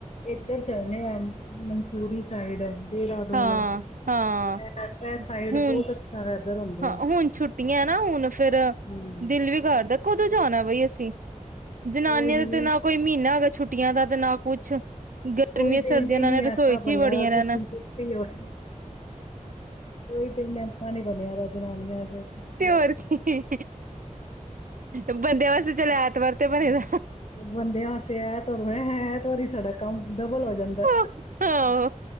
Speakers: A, on the left; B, on the right.
A: ਇੱਧਰ ਚੱਲਣੇ ਆ ਮਨਸੂਰੀ ਸਾਈਡ ਦੇਹਰਾਦੂਨ
B: ਹਾਂ ਹਾਂ
A: ਇਹ ਇਹ ਸਾਈਡ
B: ਹੁਣ
A: ਬਹੁਤ ਅੱਛਾ ਵੈਦਰ ਹੁੰਦਾ
B: ਹਾਂ
A: ਹੈ।
B: ਹੁਣ ਛੁੱਟੀਆਂ ਨਾ ਹੁਣ ਫਿਰ
A: ਹਮ
B: ਦਿਲ ਵੀ ਕਰਦਾ ਕਦੋਂ ਜਾਣਾ ਬਾਈ ਅਸੀਂ ਜਨਾਨੀਆਂ
A: ਉਹੀ
B: ਦਾ ਤਾਂ ਨਾ ਕੋਈ ਮਹੀਨਾ ਹੈਗਾ ਛੁੱਟੀ ਟੁੱਟੀਆਂ ਦਾ ਤੇ ਨਾ ਕੁੱਛ ਗਰਮੀਆਂ
A: ਕੋਈ ਦਿਨ
B: ਸਰਦੀਆਂ
A: ਹੀ
B: ਨਾਲ
A: ਨਹੀਂ
B: ਨੇ ਰਸੋਈ
A: ਐਸਾ
B: ਚ
A: ਬਣਿਆ
B: ਹੀ ਵੜ ਕੁੜੀਆਂ
A: ਦਾ
B: ਰਹਿਣਾ
A: ਜਿਸ ਦਿਨ
B: ਹਾਂ
A: ਛੁੱਟੀ ਹੋਏ ਕੋਈ ਦਿਨ ਐਸਾ ਨਹੀਂ ਬਣਿਆ ਦਾ ਜਨਾਨੀਆਂ ਸੇ ਛੁੱਟੀ
B: ਤੇ
A: ਹੋਏ
B: ਵਰ ਕੀ ਬੰਦਿਆਂ ਵਾਸਤੇ ਚੱਲ ਐਤਵਾਰ ਤੇ ਬਣੇ ਦਾ
A: ਬੰਦੇ ਵਾਸੇ ਐ ਤੁਰ ਮੈਂ ਤਰੀ ਸੜਕ ਕੰਮ ਡਬਲ ਹੋ ਜਾਂਦਾ
B: ਆਹੋ